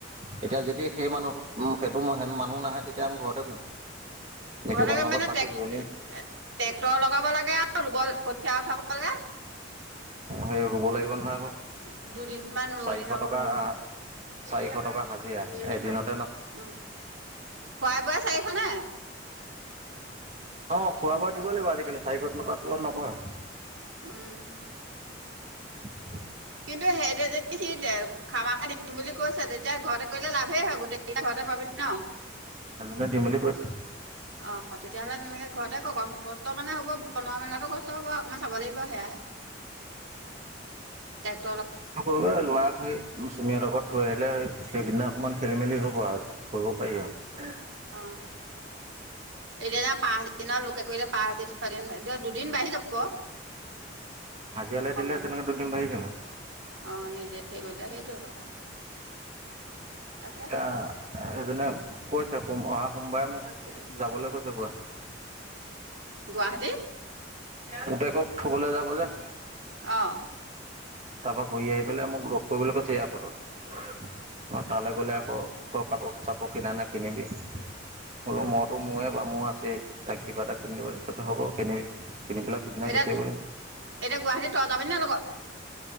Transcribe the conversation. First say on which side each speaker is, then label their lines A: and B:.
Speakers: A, on the right; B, on the right.
A: এতিয়া যদি সেই মানুহ সেইটোেন মানুহ নাহে, তেতিয়া আমি ঘৰতে কৰিম। মিতুকণ
B: নহলে
A: লগত
B: মানে
A: পাতি
B: ট্ৰেক্টৰ
A: ৰোৱনী
B: লগাব লাগে আৰু ৰুব কঠীয়া উঠাব লাগে।
A: সেই ৰুব লাগিব নহয় আকৌ।
B: <inaudible> দুদিনমান ৰোৱনী
A: চাৰিশ
B: লগাব
A: টকা
B: লাগিব।
A: চাৰিশ টকা হাজিৰা এদিনত।
B: উ খোৱা বোৱা চাৰিখ নে?
A: অ', খোৱা-বোৱা দিব লাগিব। আজিকালি চাৰি ঘত লকো আৰু নকয়। <unintelligible>
B: উম,
A: <unintelligible>
B: কিন্তু সেইটোৱে যদি সি খামা-খাতি বুলি কৈছে, তেতিয়া ঘৰতে কৰিলে লাভেই হয় গোটেই ঘৰতে পাবি ন!
A: এজনে দিম বুলি কৈছে
B: অ' তেতিয়াহলে তেনেকে ঘৰতে কষ্ট মানে হ'ব। বনোৱা মেলাটো ক? কষ্ট হ'ব অকণমান চাব লাগিব সেয়াহে।
A: অহ ',
B: টেক
A: আকৌ এবাৰ লোৱা চুমীয়াৰ লগত থৈ আহিলে। সেইদিনা অকণমান খেলি মেলি হ'ব আৰু কৰিব পাৰি আৰু।
B: অহ ', এতিয়া পাঁচদিনৰ লোকে কৰিলে পাঁচদিন ছয়দিন এতিয়া দুদিন বাঢ়ি যাব।
A: হাজিয়ালে
B: সময়।
A: দিলে তেনেহ'লেটো দিন বাঢ়ি যাব।
B: অ নিজে হেৰি কৰিলে সেইটোৱে কথা তাকে
A: <unintelligible> সেইদিনা কৈছে অহা সোমবাৰে মোক যাবলৈ কৈছে গুৱাহাটী।
B: গুৱাহাটী।
A: পোতেকক থ'বলৈ যাব যে
B: অহ ',
A: তাৰপা ঘূৰি আহি পেলাই মোক লগ কৰিবলৈ কৈছে ইয়াৰপটত। অহ ', তালৈ গ'লে
B: অ
A: আকৌ প্ৰব কাপোৰ চাপোত কিনা নে কিনিবি। কলো
B: অ
A: মইতো ময়ে কিবা মোৰ আছে তাক কিবা এটা কিনিদিব বুলি কৈছে হ'ব কিনিবি। কিনি পেলাই পিছদিনা
B: এতিয়া
A: গুচি আহিব লাগিব।
B: - এতিয়া গুৱাহাটীত তই যাবি নে লগত।